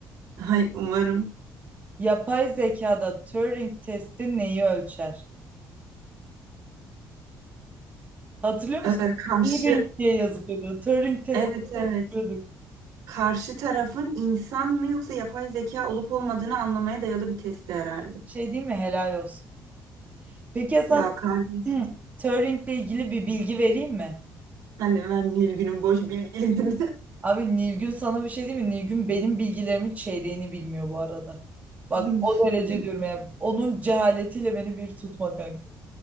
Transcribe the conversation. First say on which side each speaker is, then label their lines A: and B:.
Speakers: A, on the right; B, on the right.
A: Hay umarım.
B: Yapay zekada Turing testi neyi ölçer? Hatırlıyor musun?
A: Ee, karşı
B: Turing diye yazılıyordu. Turing testi
A: evet evet.
B: yapıyorduk.
A: Karşı tarafın insan mı yoksa yapay zeka olup olmadığını anlamaya dayalı bir testi herhalde.
B: Şey değil mi? Helal olsun. Peki ya Hasan
A: Ya kardeşim.
B: <clears throat> Turing'le ilgili bir bilgi vereyim mi?
A: Sen de ben Nilgün'ün boş bilgilerinde.
B: Abi Nilgün sana bir şey değil mi? Nilgün benim bilgilerimin çeyreğini bilmiyor bu arada. Bak
A: <laughs>
B: o derece diyorum ya. Onun cehaletiyle beni bir tutma kanka.